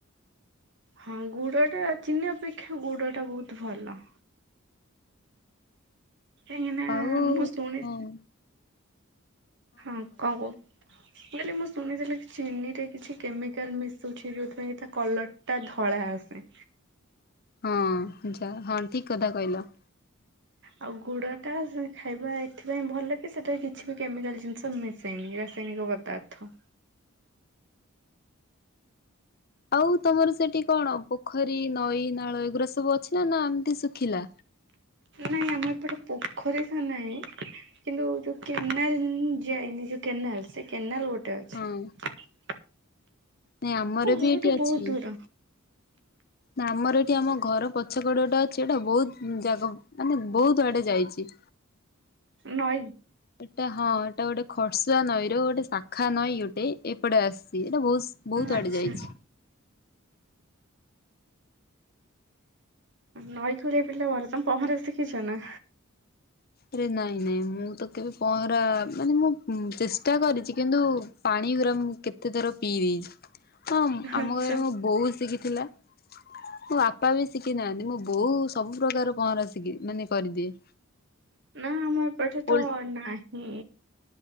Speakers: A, on the right; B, on the left.
A: ହଁ, ଗୁଡ ଟା ଚିନି ଅପେକ୍ଷା, ଗୁଡ ଟା ବହୁତ ଭଲ । ଏଇ ନା,
B: ଆଉ
A: ମୁ ଶୁଣି
B: ହଁ
A: ହଁ, କଣ କହୁ କାଲି ମୁଁ ଶୁଣିଥିଲି ଚିନି ରେ କିଛି କେମିକାଲ ମିଶୁଛି ଯୋଉଥିପ କି ତା କଲର ଟା ଧଳା ଆସେ
B: ହଁ ଯ ହଁ ଠିକ କଥା କହିଲ
A: ଆଉ ଗୁଡ଼ ଟା ଖାଇବା ଏଥିପାଇଁ ଭଲ କି ସେଠାରେ କିଛି ବି କେମିକାଲ ଜିନିଷ ମିଶେନି ରାସାୟନିକ ପଦାର୍ଥ
B: ଆଉ ତମର ସେଠି କଣ ପୋଖରୀ ନଈ ନାଳ ଏଗୁଡା ସବୁ ଅଛି ନା ନା ଏମିତି ଶୁଖିଲା
A: ନାଇଁ ଆମର ଏପଟେ ପୋଖରୀ ତ ନାହିଁ କିନ୍ତୁ ଯୋଉ କେନାଲ ଯାଇନି ଯୋଉ କେନାଲ ସେ କେନାଲ ଗୋଟେ ସେଟେ
B: ହଁ
A: ଅଛ-
B: ନାଇଁ ଆମର ବି
A: ଘରଠୁ
B: ଏଇଠି ଅଛି
A: ବହୁତ ଦୂର
B: ନା ଆମର ଏଠି ଆମ ଘର ପଛକଡ ଗଟା ଅଛି ଏଇଟା ବହୁତ ଜାଗା ମାନେ ବହୁତ ଆଡେ ଯାଇଛି-
A: ନଈ
B: ଏଟା ହଁ ଏଟା ଗୋଟେ ଖରସୁଆ ନଈ ର ଗୋଟେ ଶାଖା ନଈ ଗୋଟେ ଏପଟେ ଆସିଛି ହେ ବହୁତ ବହୁତ
A: ଆଚ୍ଛା
B: ଆଡେ ଯାଇଛି
A: ନଈକଳି ପିଲା ବର୍ତମ ପହଁରା ଶଖିଛ ନା
B: ଆରେ ନାଇଁ ନାଇଁ ମୁଁ ତ କେବେ ପହଁରା ମାନେ ମୁଁ ଚେଷ୍ଟା କରିଛି କିନ୍ତୁ ପାଣି ପୁରା ମୁଁ କେତେ ଥର ପିଇ ଦେଇଛି ହଁ ଆମ
A: ଆଚ୍ଛା।
B: ଘରେ ମୁଁ ବହୁତ ଶିଖିଥିଲା ମୁଁ ବାପା ବି ଶିଖି ନାହାନ୍ତି ମୁଁ ବୋଉ ସବୁ ପ୍ରକାର ପହଁରା ଶିଖି ମାନେ କରିଦିଏ।
A: ନା ଆମର ଏଠେ ତ
B: ଓଲ୍
A: ନାଇଁ ହୁଁ